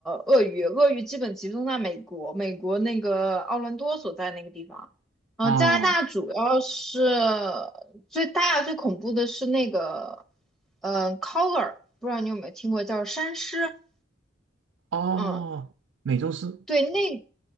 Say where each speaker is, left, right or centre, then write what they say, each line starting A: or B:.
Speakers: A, in the centre; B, on the right.
A: 鳄鱼，鳄鱼基本集中在美国，美国那个奥兰多所在那个地方。嗯，
B: 啊、
A: 加拿大主要是最大最恐怖的是那个，嗯、呃 c o l l a r 不知道你有没有听过，叫山狮。
B: 哦，
A: 嗯，
B: 美洲狮
A: 对，那